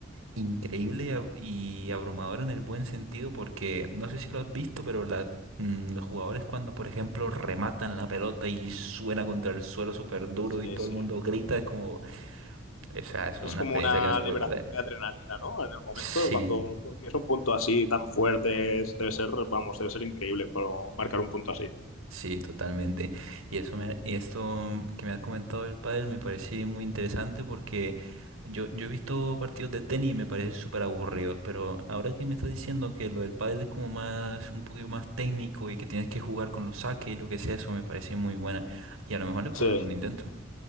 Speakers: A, on the right (about 85°); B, on the left (about 85°).
A: increíble y, ab- y abrumadora en el buen sentido porque no sé si lo has visto, pero la- mm, los jugadores cuando, por ejemplo, rematan la pelota y suena contra el suelo súper duro
B: Sí,
A: y todo
B: sí.
A: el mundo grita, es como, esa es
B: Es
A: una
B: como
A: experiencia
B: una
A: que no se puede
B: liberación
A: perder.
B: de adrenalina, ¿no? En el momento,
A: Sí,
B: cuando consigues un punto así tan fuerte, es- debe ser, vamos, debe ser increíble pero marcar un punto así.
A: Sí, totalmente. Y eso me, y esto que me ha comentado el pádel me parece muy interesante porque yo, yo he visto partidos de tenis y me parecen súper aburridos, pero ahora que me estás diciendo que lo del pádel es como más, un poquito más técnico y que tienes que jugar con los saques y lo que sea, eso me parece muy buena. Y a lo mejor le puedo
B: Sí.
A: dar un intento.